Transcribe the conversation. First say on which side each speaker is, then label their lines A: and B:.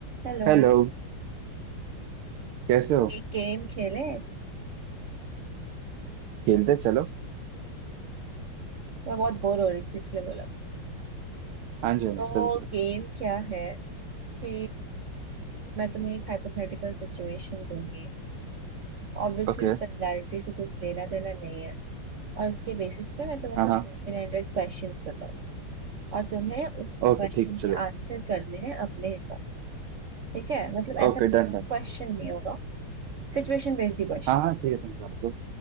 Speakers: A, on the right (about 65°); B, on the right (about 90°).
A: Hello
B: Hello कैसे हो
A: एक game खेले
B: खेलते हैं, चलो
A: मैं बहुत बोर हो रही थी इसलिए बोला
B: हाँ जी हाँ
A: तो
B: जी चलो चलो
A: गेम क्या है कि मैं तुम्हें एक हाइपोथेटिकल सिचुएशन दूंगी ऑब्वियसली
B: ओके
A: उसका रियलिटी से कुछ लेना देना नहीं है और उसके बेसिस पे मैं तुम्हें
B: हाँ
A: कुछ
B: हाँ
A: ओपन एंडेड क्वेश्चंस बताऊँ और तुम्हें उस क्वेश्चन
B: ओके ठीक है
A: के
B: चलो
A: आंसर करने हैं अपने हिसाब से ठीक है मतलब ऐसा
B: Okay
A: कोई
B: done
A: टफ
B: done
A: क्वेश्चन नहीं होगा सिचुएशन बेस्ड ही क्वेश्चन
B: हाँ हाँ ठीक है समझा तो